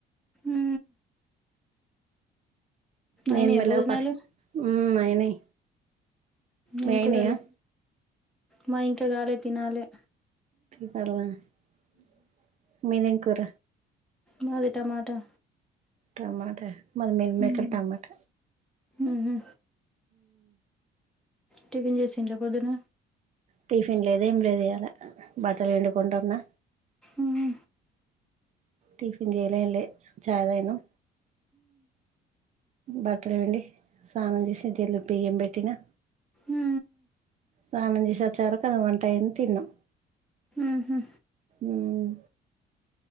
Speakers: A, in the centre; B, on the right.
A: ఊ
B: నేను
A: అయినయా
B: మెల్లగా
A: భోజనాలు
B: పన్ హ్మ్ అయినయి మీ
A: ఏం
B: అయినయా
A: కూరలు మా ఇంకా గాాలె తినాలి
B: తాల <unintelligible> మీదిం కూర
A: మాది టమాటా
B: టమాట మాది మీల్ మేకర్
A: ఊహు
B: టమాట
A: ఊహు టిఫిన్ చేసిండ్ర పొద్దున
B: టిఫిన్ లేదేం లేదు ఇయాల బట్టలు ఎండుకుంటున్నా
A: ఊహు
B: టిఫిన్ చేయలే ఏంలే చాయ్ తాగినం బట్టలుపిండి స్నానం చేసి చెల్ బియ్యం పెట్టి తిను
A: ఊ ఊ
B: సానం చెష్ ఒచ్చే వరకు అది వంటైంది తిన్నం
A: ఊహు
B: మ్మ్